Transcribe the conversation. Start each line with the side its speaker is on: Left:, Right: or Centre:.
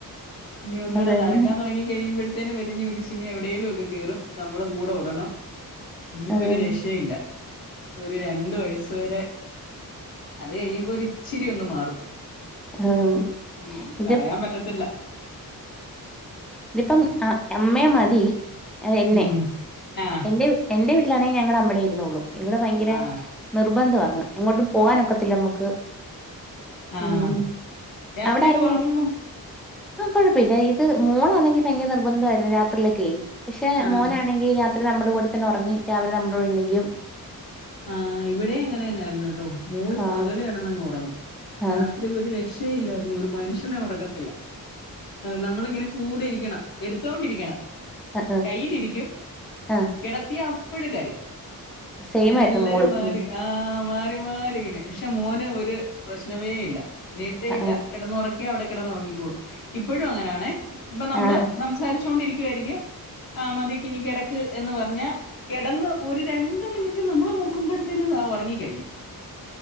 Left: ഇഞ്ഞ് ഒന്നൂടെ
Centre: അത് തന്നെ
Left: നടക്കാൻ തൊടങ്ങി കഴിയുമ്പോഴ്ത്തേന് വലിഞ്ഞു പിടിച്ച് ഇനി എവിടേലും ഒക്കെ കേറും. നമ്മളും കൂടെ ഓടണം. ഇനി
Centre: ആഹ്
Left: ഒരു രക്ഷയില്ല. ഒരു രണ്ട് വയസ്സ് വരെ അത് കഴിയുമ്പോ ഒര് ഇച്ചിരി ഒന്ന് മാറും.
Centre: ആഹ്
Left: ഉം
Centre: ഇത്
Left: പറയാൻ പറ്റത്തില്ല.
Centre: ഇതിപ്പം ആ എമ്മേ മതി. അതെന്നെ
Left: ഉം. ആഹ്
Centre: എന്റെ എന്റെ വീട്ടിലാണെങ്കിൽ ഞങ്ങളുടെ അമ്മേടെ ഇരുന്നോളും. ഇവിടെ ഭയങ്കര
Left: ആഹ്
Centre: നിർബന്ധമാന്ന്. എങ്ങോട്ടും പോകാനൊക്കത്തില്ല നമ്മക്ക്.
Left: ആഹ്
Centre: ഉം
Left: രാത്രിയൊക്കെ
Centre: അവിടെ ഇറങ്ങൻ
Left: ഉറങ്ങോ?
Centre: പ്പോ കൊഴപ്പമില്ല. ഇത് മോളാന്നെങ്കി ഭയങ്കര നിർബന്ധമായിരുന്നേ രാത്രിയിലൊക്കെ പശേ
Left: ആഹ്
Centre: മോനാണെങ്കി രാത്രി നമ്മടെ കൂടെ തന്നെ ഒറങ്ങി രാവിലെ നമ്മുടെണീക്കും.
Left: ആ ഇവിടെ അങ്ങനെ തന്നായിരുന്നു ട്ടോ. മോള്
Centre: ആ
Left: പകല് കെടന്നങ്ങ് ഒറങ്ങും.
Centre: ആ
Left: രാത്രി ഒരു രക്ഷ ഇല്ലായ്രുന്നു. ഒരു മനുഷ്യനെ ഒറക്കത്തില്ല. നമ്മളിങ്ങനെ കൂടെ ഇരിക്കണം. എടുത്തോണ്ടിരിക്കണം.
Centre: ആ
Left: കയ്യിലിരിക്കും
Centre: ആ ആ.
Left: കെടത്തിയ അപ്പോഴ് കരയും.
Centre: സെയിം
Left: അങ്ങനെ
Centre: ആയിരുന്നു
Left: എല്ലാരും
Centre: മോളും
Left: മാറി
Centre: ഉം
Left: ആ മാറി മാറിങ്ങനെ. പക്ഷെ മോന് ഒരു പ്രശ്നവേ ഇല്ല. നേരത്തേ
Centre: ആ
Left: ഇല്ല കിടന്നുറക്കിയ അവിടെ കിടന്നു ഉറങ്ങിക്കോളും ഇപ്പോഴും അങ്ങനാണ് ഇപ്പൊ നമ്മള്
Centre: ആ
Left: സംസാരിച്ചോണ്ടിരിക്കുവായിരിക്കും ആ മതിക്ക് ഇനി കിടക്ക ക്ക് എന്ന് പറഞ്ഞാൽ കിടന്ന് ഒരു രണ്ട് മിനിറ്റ് നമ്മള് നോക്കുമ്പോഴുത്തേനും ഉറങ്ങി കഴിഞ്ഞു